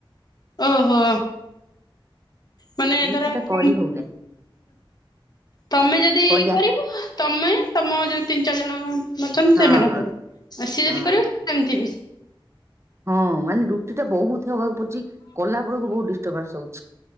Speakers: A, on the left; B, on the right.
A: ଓହୋ। ମାନେ
B: ରୁଟି
A: ଧର
B: ଟା
A: ତମ
B: କରି ହଉନି।
A: ତମେ ଯଦି
B: କରି
A: କରିବ ତମେ ତମ ଯୋଉ ତିନି ଚାରି ଜଣ ଅଛନ୍ତି
B: ହଁ
A: ସେମାନଙ୍କୁ।
B: ହଁ
A: ଆଉ ସିଏ
B: ହଁ
A: ଯଦି କରିବେ ସେମତି ବି
B: ହଁ ମାନେ ରୁଟି ଟା ବହୁତ ହବାକୁ ପଡୁଛି କଲା ବେଳକୁ ବହୁତ ଡିଷ୍ଟର୍ବାନ୍ସ ହଉଛି।